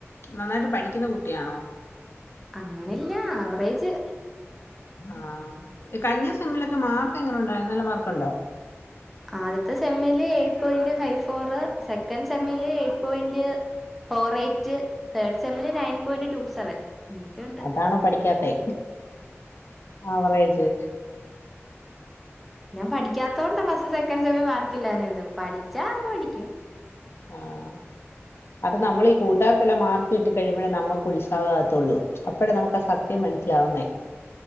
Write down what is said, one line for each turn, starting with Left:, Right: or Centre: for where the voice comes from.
Left: നന്നായിട്ട് പഠിക്കുന്ന കുട്ടിയാണോ?
Centre: അങ്ങെനെ ഇല്ല. ആവറേജ്.
Left: ആഹ്. കഴി‌ഞ്ഞ സെമ്മിലൊക്കെ മാർക്ക് എങ്ങെനെ ഉണ്ടായ് നല്ല മാർക്കുണ്ടോ?
Centre: ആദ്യത്തെ സെമ്മില് eight point five four. Second സെമ്മില് eight point four eight. Third സെമ്മില് നയൻ പോയ്ന്റ് റ്റു സെവൻ. അങ്ങനെയൊക്കെയുണ്ട്
Left: അതാണോ പഠിക്കാത്തെ ആവറേജ്?
Centre: ഞാൻ പഠിക്കാത്തോണ്ടാ ഫസ്റ്റ് സെക്കൻ സെമ്മി മാർക്കില്ലാഞ്ഞത്. പഠിച്ചാ പഠിക്കും.
Left: ആഹ്. അത് നമ്മളീ കൂട്ടാർക്കെല്ലാം മാർക്ക് കിട്ടി കഴിയുമ്പഴാ നമുക്കുത്സാഹം ആകത്തൊള്ളു. അപ്പഴേ നമുക്കാ സ ത്യം മനസ്സിലാവുന്നേ